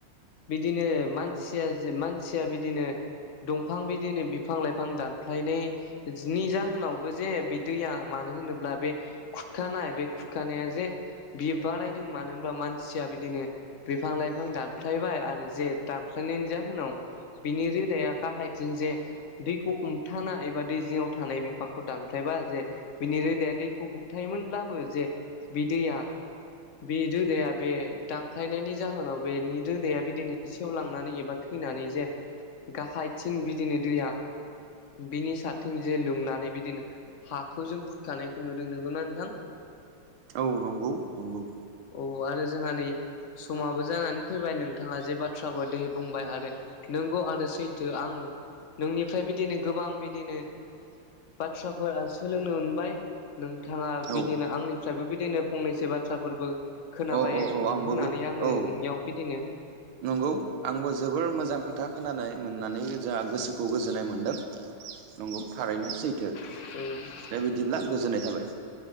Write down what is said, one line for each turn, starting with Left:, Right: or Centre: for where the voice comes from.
Left: बिदिनो मानसिया जे मानसिया बिदिनो दंफां बिदिनो बिफां लाइफां दानफ्लायनाय जि नि जाहोनावबो जे बे दैया मानो होनोब्ला बे खुरखानाय बे खुरखानाया जे बियो बारायदों मानो होनबा मानसिया बिदिनो बिफां लाइफां दानफ्लायबाय आरो जे दानख्लायनायनि जाहोनाव बिनि रोदाया गाहायथिं जे दैखौ हमथानानाय एबा दै जिङाव थानाय बिफांखौ दानफ्लायबा जे बिनि रोदाया दैखौ होबथायोमोनब्लाबो जे बि दैया बे रोदाया बे दांख्लायनायनि जाहोनाव बेनि रोदाया बे दिनै सेवलांनानै एबा थैनानै जे गाहायथिं बिदिनो दैया बिनि सारथिं जे लोमनानै बिदिनो हाखौ जों फुुरखानायखौ नुदों। नंगौना नोंथां?
Right: औ नंगौ नंगौ
Left: औ आरो जोंहा नै समाबो जानानै फैबाय नोंथाङा जे बाथ्राबो दहै बुंबाय आरो नोंगौ आरो सैथो आं नोंनिफ्राय बिदिनो गोबां बिदिनो बाथ्राफोरा सोलोंनो मोनबाय नोंथाङा
Right: औ
Left: बिदिनो आंनिफ्रायबो बिदिनो फंनैसो बाथ्राफोरबो खोनाबाय
Right: औ औ औ आंबो
Left: होननानै आङो
Right: औ
Left: नोंनियाव बिदिनो
Right: नंगौ आंबो जोबोर मोजां खोथा खोनानाय मोननानै जोंहा गोसोखौ गोजोननाय मोनदों। नंगौ थारैनो सैथो।
Left: औ।
Right: दे बिदिब्ला गोजोननाय थाबाय।